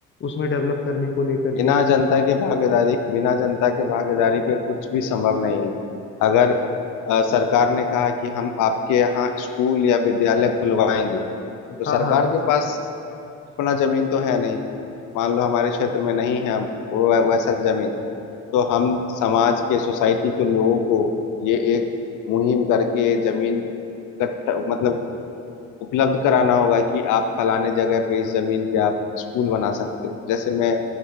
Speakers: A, on the left; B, on the left.
A: उसमें डेवलप करने को लेकर
B: बिना
A: के
B: जनता के भागीदारी बिना जनता के भागीदारी के कुछ भी संभव नहीं है अगर अ, सरकार ने कहा कि हम आपके यहाँ स्कूल या विद्यालय खुलवाएंगे तो सरकार
A: हाँ हाँ
B: के पास अपना जमीन तो है नहीं मान लो हमारे क्षेत्र में नहीं है हम- वो वैसा जमीन तो हम समाज के सोसाइटी के लोगों को ये एक मुहिम करके जमीन इकट्ठा मतलब उपलब्ध कराना होगा कि आप फलाने जगह पे इस जमीन पे आप स्कूल बना सकते हो जैसे मैं